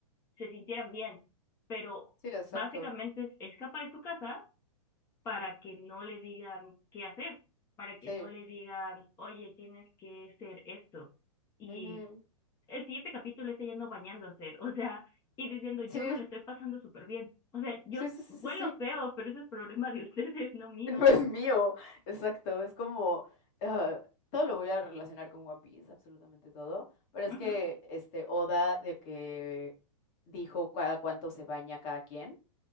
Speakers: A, on the left (about 15°); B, on the left (about 40°).
A: se sintieran bien, pero
B: sí, exacto.
A: básicamente es escapa de su casa para que no le digan qué hacer, para que
B: Sí.
A: no le digan, oye, tienes que ser esto. Y
B: ujú,
A: el siguiente capítulo es ella no bañándose, <laughs> o sea, y diciendo, yo
B: Sí,
A: me la estoy pasando súper bien. O sea, yo
B: sí, sí, sí,
A: huelo
B: sí, sí.
A: feo, pero ese es problema de <laughs> ustedes, no mío.
B: <laughs> No es mío. Exacto. Es como. ah, todo lo voy a relacionar con One Piece, absolutamente todo. Pero es
A: Ujú.
B: que este Oda de que dijo cada cuánto se baña cada quien.